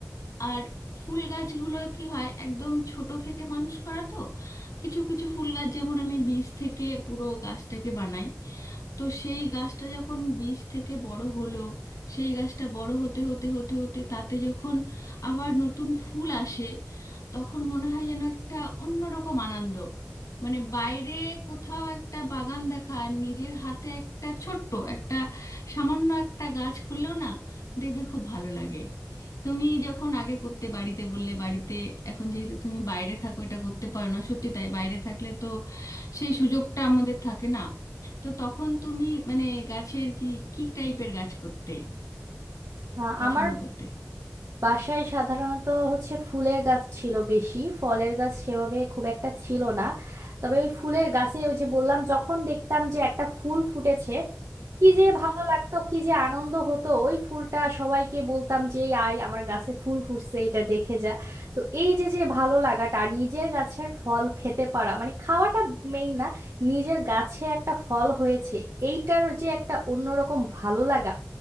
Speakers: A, on the left; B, on the right.
A: আর ফুল গাছগুলো কি হয় একদম ছোট থেকে মানুষ করা তো কিছু কিছু ফুল গাছ যেমন আমি বীজ থেকে পুরো গাছটাকে বানাই তো সেই গাছটা যখন বীজ থেকে বড় হলো সেই গাছটা বড় হতে হতে হতে হতে তাতে যখন আবার নতুন ফুল আসে তখন মনে হয় যেন একটা অন্যরকম আনন্দ মানে বাইরে কোথাও একটা বাগান দেখা আর নিজের হাতে একটা ছোট্ট একটা সামান্য একটা গাছ করলেও না দেখবে খুব ভালো লাগে তুমি যখন আগে করতে বাড়িতে বললে বাড়িতে এখন যেহেতু তুমি বাইরে থাকো এটা করতে পারো না সত্যি তাই বাইরে থাকলে তো সেই সুযোগটা আমাদের থাকে না তো তখন তুমি মানে গাছের কি কি টাইপের গাছ করতে
B: হ্যাঁ
A: পছন্দ
B: আমার
A: করতে
B: বাসায় সাধারণত হচ্ছে ফুলের গাছ ছিল বেশি ফলের গাছ সেভাবে খুব একটা ছিল না তবে ওই ফুলের গাছে ওই যে বললাম যখন দেখতাম যে একটা ফুল ফুটেছে কি যে ভালো লাগতো কি যে আনন্দ হতো ওই ফুলটা সবাইকে বলতাম যে "এই আয় আমার গাছে ফুল ফুটছে এটা দেখে যা তো এই যে যে ভালো লাগাটা আর নিজের গাছের ফল খেতে পারা মানে খাওয়াটা মেইন না নিজের গাছে একটা ফল হয়েছে এইটার যে একটা অন্যরকম ভালো লাগা